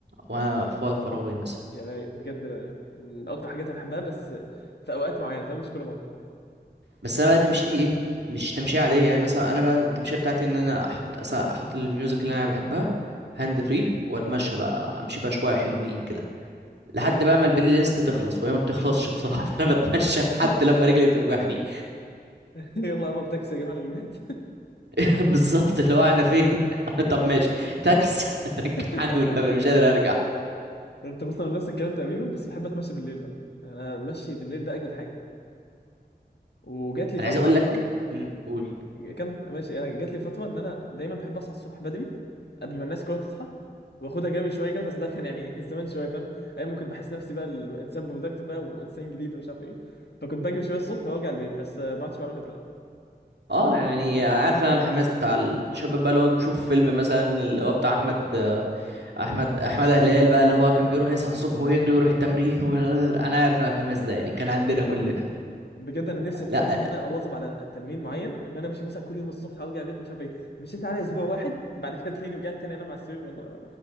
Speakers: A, on the right; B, on the left.
A: وانا في وقت فراغي مثلا
B: <laughs> يا باي بجد من اكتر حاجات اللي بحبها بس في اوقات معينه فاهم مش كل مره
A: بس انا بقى تمشيتي ايه مش تمشية عادية يعني مثلا انا بقى التمشية بتاعتي ان انا احط أس- احط الميوزك اللي انا بحبها هاند فري واتمشى بقى امشي بقى شوية حلوين كده لحد
B: جامد
A: بقى ما البلاي ليست تخلص وهي ما بتخلصش بصراحة <laughs> فانا بتمشى لحد
B: <laughs>
A: لما رجلي توجعني
B: يلا يابا بتاكسي يا جماعه للبيت
A: <laughs> بالظبط اللي هو انا فين <laughs> طب ماشي تاكس <laughs> رجعني
B: <laughs>
A: والنبي انا مش قادر ارجع
B: انت بص انا نفس الكلام تقريبا بس بحب اتمشى بالليل بقى يعني انا ماشي بالليل ده اجمد حاجه وجات لي
A: انا
B: فتره
A: عايز اقول
B: على
A: لك
B: فكره
A: امم قول
B: كمل ماشي انا جات لي فتره ان انا دايما بحب اصحى الصبح بدري قبل ما الناس كلها تصحى واخدها جري شويه كده بس ده كان يعني <laughs> زمان شويه فاهم ايام ما كنت بحس نفسي بقى الانسان برودكتيف بقى وانسان جديد ومش عارف ايه فكنت بجري شويه الصبح وارجع البيت بس آه، ما عدتش بعملها دلوقتي
A: اه يعني عارف انا الحماس بتاع الشباب بقى اللي هو تشوف فيلم مثلا اللي هو بتاع احمد احمد احمد هلال بقى اللي هو كان بيروح يصحى الصبح ويجري ويروح التمرين و... <laughs> انا عارف انا الحماس ده يعني كان عندنا كلنا
B: بجد انا نفسي اتمنى
A: لا
B: ان انا اواظب على تمرين معين ان انا امشي مثلا كل يوم الصبح وارجع البيت مش عارف ايه مشيت على اسبوع واحد بعد كده تلاقيني رجعت تاني انام على السرير يلا